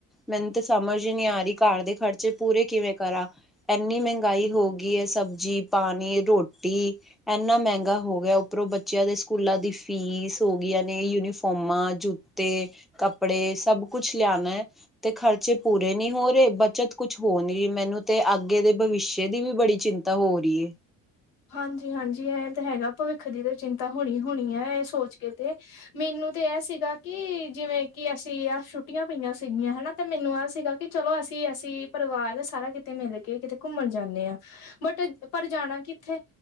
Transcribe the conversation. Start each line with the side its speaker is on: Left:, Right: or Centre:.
Centre: ਮੈਨੂੰ ਤਾਂ ਸਮਝ ਈ ਨੀ ਆ ਰੀ ਘਰ ਦੇ ਖਰਚੇ ਪੂਰੇ ਕਿਵੇਂ ਕਰਾ? ਐਨੀ ਮਹਿੰਗਾਈ ਹੋ ਗਈ ਐ ਸਬਜ਼ੀ, ਪਾਣੀ, ਰੋਟੀ। ਐਨਾ ਮਹਿੰਗਾ ਹੋ ਗਿਆ ਉੱਪਰੋਂ ਬੱਚਿਆਂ ਦੇ ਸਕੂਲਾਂ ਦੀ ਫੀਸ। ਹੋਗੀਆਂ ਨੇ ਯੂਨੀਫੋਮਾਂ, ਜੁੱਤੇ, ਕੱਪੜੇ ਸਬ ਕੁਛ ਲਿਆਣਾ। ਤੇ ਖਰਚੇ ਪੂਰੇ ਨੀ ਹੋ ਰਹੇ ਬੱਚਤ ਕੁਛ ਹੋ ਨੀ ਰਹੀ ਮੈਨੂੰ ਤੇ ਅੱਗੇ ਦੇ ਭਵਿੱਸ਼ਯ ਦੀ ਵੀ ਬੜੀ ਚਿੰਤਾ। ਤਾਂ ਹੋ ਰਹੀ ਏ।
Left: ਹਾਂਜੀ ਹਾਂਜੀ, ਇਹ ਤੇ ਹੈਗਾ ਭਵਿੱਖ ਦੀ ਤੇ ਚਿੰਤਾ ਹੋਣੀ ਹੋਣੀ ਐ ਏ ਸੋਚ ਕੇ ਤੇ। ਮੈਨੂੰ ਤੇ ਐ ਸੀਗਾ ਕਿ ਜਿਵੇਂ ਕਿ ਅਸੀਂ ਆ ਛੁੱਟੀਆਂ ਪਈਆਂ ਸੀਗੀਆਂ ਹਨਾ ਤੇ ਮੈਨੂੰ ਆਹ ਸੀਗਾ। ਕਿ ਚਲੋ ਅਸੀਂ ਅਸੀਂ ਪਰਿਵਾਰ ਸਾਰਾ ਕਿਤੇ ਮਿਲ ਕੇ ਕਿਤੇ ਘੁੰਮਣ ਜਾਣੇ ਆ ਬਟ ਪਰ ਜਾਣਾ ਕਿੱਥੇ?